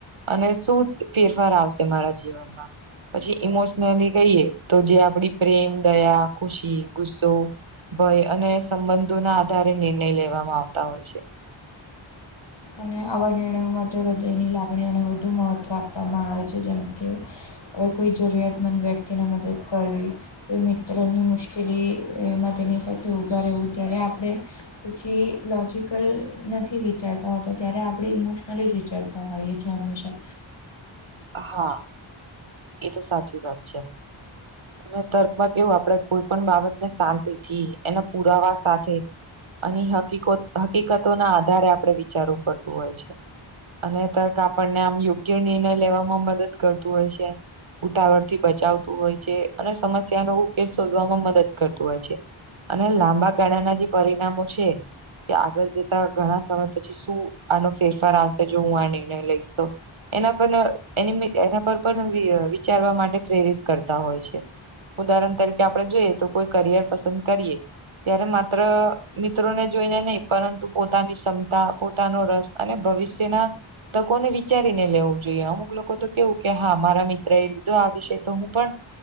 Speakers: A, on the right; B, on the left.
A: અને શું ફેરફાર આવશે મારા જીવનમાં. પછી ઈમોશનલી કહીએ તો જે આપડી પ્રેમ દયા ખુશી ગુસ્સો ભય અને સંબંધોના આધારે નિર્ણય લેવામાં આવતા હોય છે.
B: અને આવા નિર્ણયોમાં તે હૃદયની લાગણીઓને વધુ મહત્ત્વ આપવામાં આવે છે જેમ કે અવે કોઈ જરૂરિયાતમંદ વ્યક્તિને મદદ કરવી. કોઈ મિત્રની મુશ્કેલી એમાં તેની સાથે ઊભા રહેવું ત્યારે આપણે પછી લોજિકલ નથી વિચારતા હો તો ત્યારે આપણે ઇમોશનલી જ વિચરતા હોઈએ છે હંમેશા
A: હા એ તો સાચી વાત છે. અને તર્ક માં કેવું આપણે કોઈ પણ બાબતને શાંતિથી એના પુરાવા સાથે અને હકી હકીકતોના આધારે આપણે વિચારવું પડતું હોય છે. અને તર્ક આપણને આમ યોગ્ય નિર્ણય લેવામાં મદદ કરતું હોય છે. ઉતાવળ થી બચાવતું હોય છે અને સમસ્યાનું ઉકેલ શોધવામાં મદદ કરતું હોય છે. અને લાંબા ગાળાના જે પરિણામો છે કે આગળ જતા ઘણા સમય પછી શું આનો ફેરફાર આવશે જો હું આ નિર્ણય લઈશ તો એના પર એની એના પર પણ વિચારવા માટે પ્રેરિત કરતા હોય છે. ઉદાહરણ તરીકે આપડે જોઈએ તો કોઈ કરિયર પસંદ કરીએ. ત્યારે માત્ર મિત્રોને જોઈને નહી પરંતુ પોતાની ક્ષમતા પોતાનો રસ અને ભવિષ્યના તકોને વિચારીને લેવું જોઈએ અમુક લોકો લોકો તો કેવું કે હા મારા મિત્ર એ લીધો આ વિષય તો હું પણ